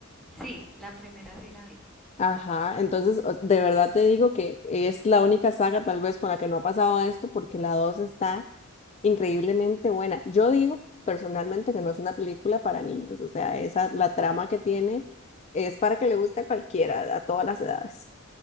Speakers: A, in the centre; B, on the left.
A: Sí, la primera sí la vi.
B: Ajá, entonces o- de verdad te digo que es la única saga tal vez con la que no ha pasado esto, porque la 2 está increíblemente buena. Yo digo personalmente que no es una película para niños, o sea, esa, la trama que tiene es para que le guste a cualquiera, a todas las edades.